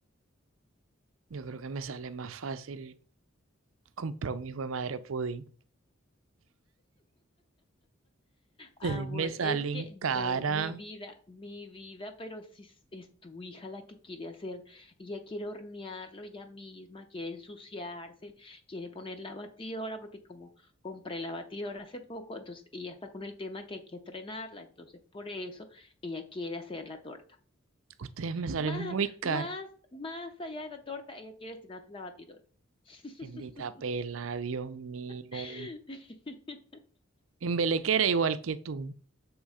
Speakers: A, on the right; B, on the left.
A: Yo creo que me sale más fácil comprar un hijo de madre pudín. Ustedes
B: Amor,
A: me salen
B: es que
A: cara,
B: no, mi vida, mi vida, pero si es, es tu hija la que quiere hacer, ella quiere hornearlo ella misma, quiere ensuciarse, quiere poner la batidora, porque como compré la batidora hace poco, entonces ella está con el tema que hay que estrenarla, entonces por eso ella quiere hacer la torta.
A: ustedes me salen
B: Más,
A: muy cara.
B: más, más allá de la torta, ella quiere estrenarse la batidora. <laughs>
A: Bendita pela, Dios mío.
B: <laughs>
A: En Belequera igual que tú.